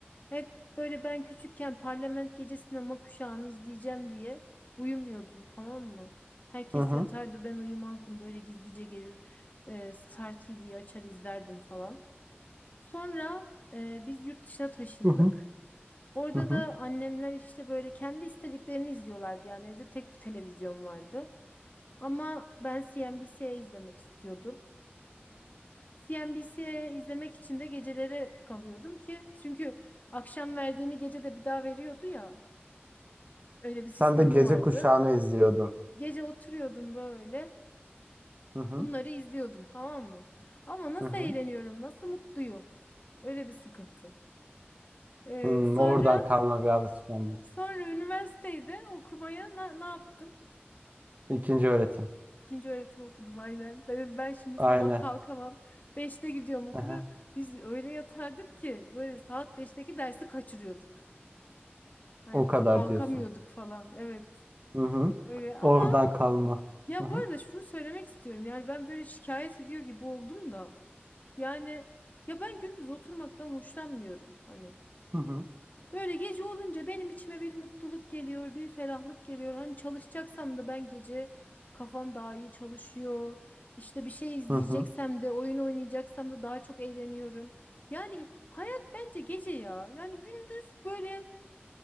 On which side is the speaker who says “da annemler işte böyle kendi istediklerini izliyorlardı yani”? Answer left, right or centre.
Left